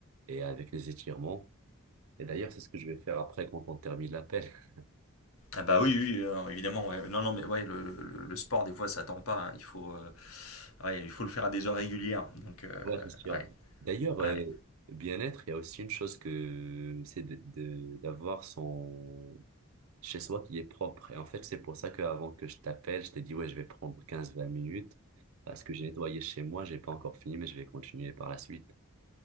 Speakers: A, on the right; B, on the left.
A: Et avec les étirements. Et d'ailleurs, c'est ce que je vais faire après quand on termine l'appel. <laughs>
B: Ah bah oui, oui, euh, évidemment. ouais. Non, non, mais ouais, le, le- le sport, des fois, ça attend pas. hein. Il faut, euh, ouais, il faut le faire à des heures régulières. Donc, euh,
A: Ouais, c'est sûr.
B: ouais,
A: D'ailleurs, euh,
B: ouais.
A: bien-être, il y a aussi une chose que c'est de, de- d'avoir son chez soi qui est propre. Et en fait, c'est pour ça qu'avant que je t'appelle, je t'ai dit, ouais, je vais prendre quinze vingt minutes parce que j'ai nettoyé chez moi, j'ai pas encore fini, mais je vais continuer par la suite.